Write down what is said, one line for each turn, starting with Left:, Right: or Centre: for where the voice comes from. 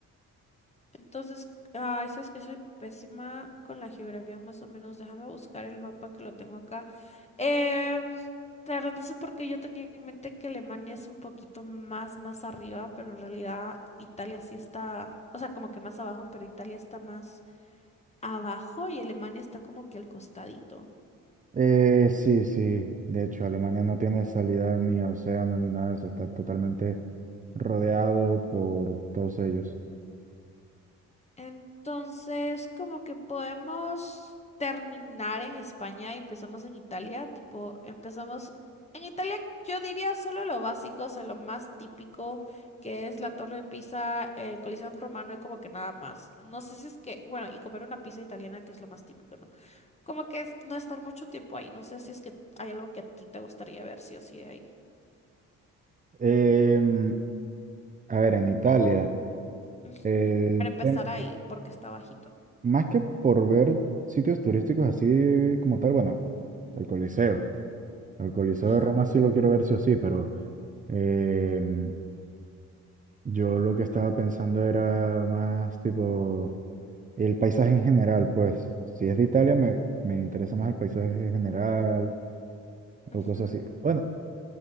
Left: Entonces, ay, sabes que soy pésima con la geografía, más o menos. Déjame buscar el mapa que lo tengo acá. Em, claro, no sé por qué yo tenía en mente que Alemania es un poquito más, más arriba, pero en realidad Italia sí está, o sea, como que más abajo, pero Italia está más abajo y Alemania está como que al costadito.
Right: Eh, sí, sí. De hecho, Alemania no tiene salida ni a océano ni nada de eso. Está totalmente rodeado por todos ellos.
Left: Entonces, como que podemos terminar en España y empezamos en Italia, tipo, empezamos en Italia, yo diría solo lo básico, o sea, lo más típico, que es la Torre de Pisa, el Coliseo Romano y como que nada más. No sé si es que, bueno, y comer una pizza italiana, que es lo más típico, ¿no? Como que es no estar mucho tiempo ahí, no sé si es que hay algo que a ti te gustaría ver, sí o sí, de ahí.
Right: Em, a ver, en Italia,
Left: Ujú,
Right: el
Left: Para empezar
Right: tem-
Left: ahí, porque está bajito.
Right: más que por ver sitios turísticos así como tal, bueno, el Coliseo. El Coliseo
Left: Ajá.
Right: de Roma sí lo quiero ver sí o sí, pero em, yo lo que estaba pensando era más tipo. El paisaje en general, pues, si es de Italia, me, me interesa más el paisaje en general
Left: ujú.
Right: o cosas así. Bueno,